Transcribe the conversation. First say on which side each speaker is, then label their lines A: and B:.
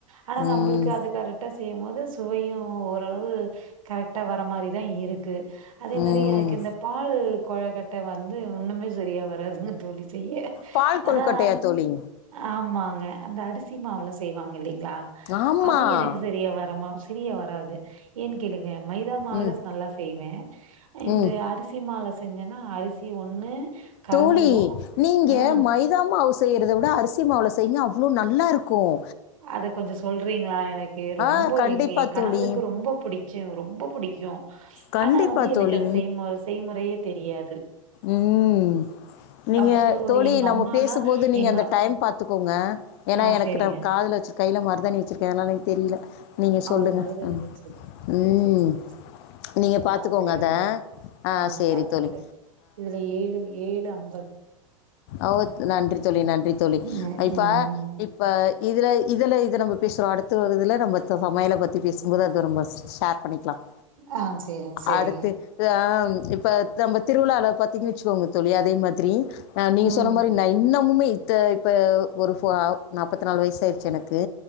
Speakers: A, on the right; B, on the left.
A: ஆனா
B: ம்
A: நம்மளுக்கு அது கரெக்ட்டா செய்யும் போது சுவையும் அ ஓரளவு கரெகட்டா வர மாதிரிதா இருக்கு அதே மாரி
B: ம்
A: எனக்கு இந்த பால் கொழக்கட்டை வந்து இன்னுமே சரியா வர <unintelligible> தோழி செய்ய
B: பால் கொல்கட்டையா
A: ஆனா
B: தோழி
A: ஆமா ங்க அந்த அரிசி மாவுல செய்வாங்க இல் ல்லா
B: ஆமாம்
A: அது எனக்கு சரியா வரமா செரியா வராது து ஏன்னு கேளுங்க மைதா மால
B: ம்
A: ஸ் நல்லா செய்வே இந்த
B: ம்
A: அரிசி மால ச செஞ்சன்னா அரிசி ஒண்ணு கரைஞ்சிரும்.
B: தோழி நீங்க
A: ம்.
B: மைதா மாவு செ ல செய்றதை விட அரிசி மாவுல செய்யங்க அவ்வளோ நல்லாயிருக்கும்
A: அதக் கொஞ்சம் சொல்றீங்களா எனக்கு ரொம்ப
B: ஆ கண்டிப்பாக
A: எங்க என் கணவருக்கு
B: தோழி
A: ரொம்ப புடிச்ச ரொம்ப புடிக்கும்
B: கண்டிப்பாக
A: ஆனா வந்து
B: தோழி
A: எனக்கு அத செய்மு- செய்முறையே தெரியாது
B: உம் நீங்க
A: அவரு சொல்லுவாரு
B: தோழி
A: எங்க
B: நம்ம
A: அம்மானா
B: பேசும்போது நீங்க
A: எங்க
B: அந்த டைம் பாத்துக்கோங்க ஏன்னா
A: ஆ
B: எனக்கு
A: சரிங்க.
B: நா காதுல வச்சிருக்க கை கைல மருதாணி வச்சிருக்கன் அதனால எனக்கு தெரியல நீங்கள்
A: ஓ
B: சொல்லுங்கள்
A: மருதாணி
B: ம்
A: வச்சிருக்கீங்க செரி
B: ம்
A: செரி செரி
B: நீங்கள்
A: இத
B: பார்த்துக்கோங்க
A: பாத்துக்கறேன்
B: அதை ஆ
A: ஆஹ்
B: சரி
A: பாத்துக்கறேன்
B: தோழி
A: இதுல ஏழு - ஏழு அம்ப
B: ஓக் நன்றி தோழி நன்றி தோழி
A: ம்.
B: இப்ப-
A: ம்.
B: இப்ப இதுல இதுல இது நம்ம பேசற அடுத்து வருதுல நம்ம சமையல பத்தி பேசும்போது அது ரொம்ப ஷார் பண்ணிக்கலாம்
A: ஆ சரிங்க, சரிங்க.
B: அடுத்து <unintelligible> இப்ப த நம்ம திருவிழாவை பாத்தீங்கன்னு வச்சுக்கோங்க தோழி அதே மாரி பீ நா நீங்க
A: ம்.
B: சொன்ன மாரி நா இன்னமுமே இத்த இப்போ ஒரு ஃபோ நாப்பத்தி நாலு வயசாயிடுச்சு எனக்கு